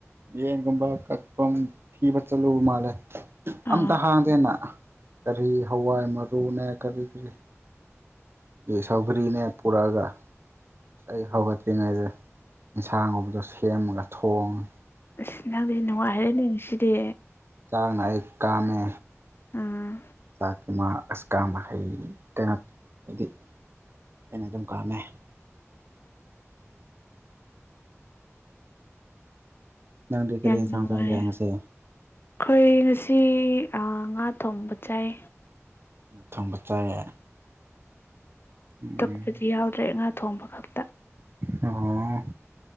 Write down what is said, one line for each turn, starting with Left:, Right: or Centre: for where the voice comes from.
Right: ꯌꯦꯟꯒꯨꯝꯕ ꯀꯛꯐꯝ ꯊꯤꯕ ꯆꯠꯂꯨꯕ ꯃꯥꯜꯂꯦ
Left: ꯑꯥ
Right: ꯑꯝꯇ ꯍꯥꯡꯗꯦꯅ ꯀꯔꯤ ꯍꯋꯥꯏ ꯃꯔꯨꯅꯦ ꯀꯔꯤ ꯀꯔꯤ <unintelligible> ꯁꯧꯒ꯭ꯔꯤꯅꯦ ꯄꯨꯔꯛꯑꯒ ꯑꯩ ꯍꯧꯒꯠꯇ꯭ꯔꯤꯉꯩꯗ ꯏꯟꯁꯥꯡꯒꯨꯝꯕꯗꯣ ꯁꯦꯝꯃꯒ ꯊꯣꯡꯉꯦ
Left: ꯑꯁ ꯅꯪꯗꯤ ꯅꯨꯡꯉꯥꯏꯔꯦꯅꯦ ꯉꯁꯤꯗꯤ
Right: ꯆꯥꯛꯅ ꯑꯩ ꯀꯥꯝꯃꯦ
Left: ꯑꯥ
Right: ꯆꯥꯛꯇꯤ ꯃꯥ ꯑꯁ ꯀꯥꯝꯕ ꯍꯩ ꯀꯩꯅꯣ ꯍꯥꯏꯗꯤ ꯑꯩꯅ ꯑꯗꯨꯝ ꯀꯥꯝꯃꯦ ꯅꯪꯗꯤ ꯀꯔꯤ
Left: ꯌꯥꯝ
Right: ꯏꯟꯁꯥꯡ
Left: ꯅꯨꯡꯉꯥꯏꯔꯦ
Right: ꯆꯥꯒꯦ ꯉꯁꯤ
Left: ꯑꯩꯈꯣꯏ ꯉꯁꯤ ꯑꯥ ꯉꯥ ꯊꯣꯡꯕ ꯆꯥꯏ
Right: ꯊꯣꯡꯕ ꯆꯥꯏꯌꯦ ꯎꯝ
Left: ꯇꯛꯄꯗꯤ ꯌꯥꯎꯗ꯭ꯔꯦ ꯉꯥ ꯊꯣꯡꯕ ꯈꯛꯇ
Right: ꯑꯣ꯫